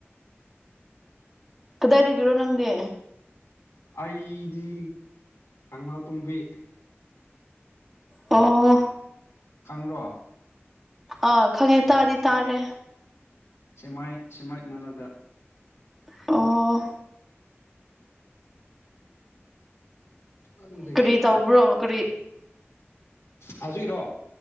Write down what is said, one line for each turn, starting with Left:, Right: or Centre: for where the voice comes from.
Centre: ꯀꯗꯥꯏꯗꯒꯤꯔꯣ ꯅꯪꯗꯤ
Left: ꯑꯩꯗꯤ ꯀꯪꯂꯥꯇꯣꯡꯕꯤ
Centre: ꯑꯣ
Left: ꯈꯪꯕ꯭ꯔꯣ
Centre: ꯑꯥ ꯈꯪꯉꯦ ꯇꯥꯗꯤ ꯇꯥꯔꯦ꯫
Left: ꯁꯦꯃꯥꯏ ꯁꯦꯃꯥꯏ ꯃꯅꯥꯛꯇ
Centre: ꯑꯣ
Left: ꯑꯗꯨꯗꯒꯤꯅꯦ
Centre: ꯀꯔꯤ
Left: ꯑꯩꯗꯤ
Centre: ꯇꯧꯕ꯭ꯔꯣ ꯀꯔꯤ
Left: ꯍꯧꯖꯤꯛꯔꯣ